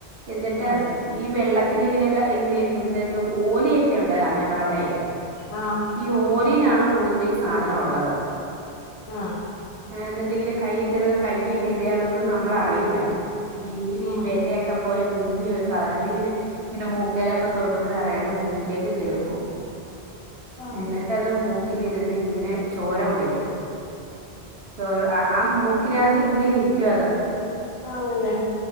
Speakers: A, on the right; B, on the left.
A: എന്നിട്ട്
B: ആണല്ലേ
A: ഈ വെള്ളത്തി അത്തിങ്ങനൊക്കെ ഇങ്ങനെ ഇരിക്കുമ്പഴത്തേക്കും ഓലിയൊക്കെ ഉണ്ട് ഞങ്ങടെ അവിടെ
B: ആഹ്
A: ഈ ഓലിനാണ് കൂടുതൽ ഈ സാധനം ഉള്ളത്
B: ആഹ്
A: ആഹ് എന്നിട്ടിങ്ങനെ കൈയിട്ട് കയ്യെ കേറിയാലൊന്നും നമ്മളറിയൂല്ല നീരി
B: ആഹ്
A: വിരയൊക്കെ പോലെ കുഞ്ഞ് ഒരു സാധന ഇതിന് ഇങ്ങനെ മൂക്കേലൊക്കെ തോണ്ടുമ്പോൾ അറിയാണ്ട് മൂക്കിലേക്ക് കേറിപ്പോവും
B: ആഹ്
A: എന്നിട്ട് അത് മൂ ക്കിലിരുന്ന് ഇങ്ങനെ ചോര കുടിക്കും ചോര അ ആ മൂക്കിനകത്ത് ഇങ്ങനെ ഇരിക്കുവത്
B: ആണല്ലേ